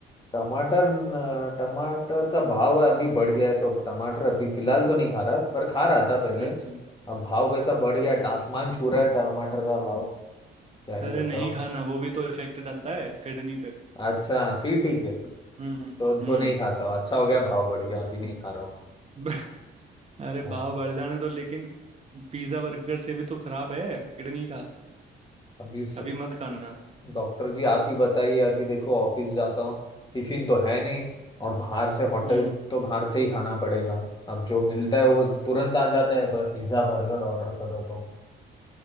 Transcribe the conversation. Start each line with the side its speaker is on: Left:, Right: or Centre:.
Left: टमाटर न- टमाटर का भाव अभी बढ़ गया है तो टमाटर अभी फिलहाल तो नहीं खा रहा पर खा रहा था पहले
Right: अच्छा
Left: अब भाव कैसा बढ़ गया
Right: हम्म
Left: है, आसमान छू रहा है टमाटर का भाव क्या ही
Right: अरे
Left: बताओ
Right: नहीं खाना वो भी तो इफेक्ट डालता है किडनी पे
Left: अच्छा फिर ठीक है
Right: हम्म
Left: तो तो
Right: हम्म
Left: नहीं खाता हूँ। अच्छा हो गया भाव बढ़ गया अभी नहीं खा रहा हूँ
Right: <laughs> अरे
Left: हाँ
Right: भाव बढ़ जाने तो लेकिन पिज्जा बर्गर से भी तो खराब है किडनी का
Left: अभी स-
Right: अभी मत खाना
Left: डॉक्टर जी आप ही बताइए अभी देखो ऑफिस जाता हूँ टिफिन तो है नहीं और बाहर से होटल
Right: हम्म
Left: तो बाहर से ही खाना पड़ेगा अब जो मिलता है वो तुरंत आ जाता है पिज्जा बर्गर ऑर्डर करो तो